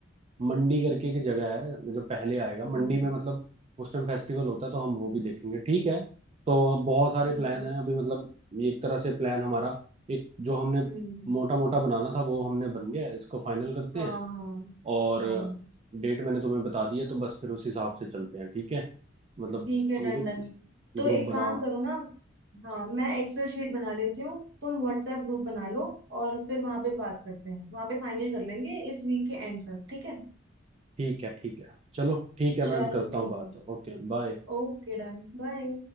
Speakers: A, on the right (about 30°); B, on the right (about 65°).
A: मंडी करके एक जगह है जो पहले आएगा मंडी
B: हम्म
A: में मतलब उस टाइम फेस्टिवल होता है तो हम वो भी देखेंगे ठीक है तो बहुत सारे
B: ठीक
A: प्लान
B: है
A: हैं अभी मतलब ये एक तरह से प्लान हमारा एक जो हमने
B: हम्म
A: मोटा मोटा बनाना था वो हमने बन गया है। इसको फाइनल करते
B: हाँ
A: हैं
B: हाँ
A: और
B: हाँ
A: डेट मैंने तुम्हें बता दी है तो बस फिर उस हिसाब से चलते हैं ठीक है मतलब
B: ठीक है
A: तुम
B: डन
A: ग्रुप
B: डन तो
A: ग्रुप
B: एक
A: बनाओ
B: काम करो ना हाँ मैं एक्सेल शीट बना लेती हूँ तुम व्हाट्सएप ग्रुप बना लो और फिर वहां पे बात करते हैं वहां पे फाइनल कर लेंगे इस वीक के एंड तक ठीक है
A: ठीक है ठीक है चलो ठीक है
B: चलो
A: मैं करता
B: ठीक
A: हूँ बात
B: है
A: ओके बाय
B: ओके डन बाय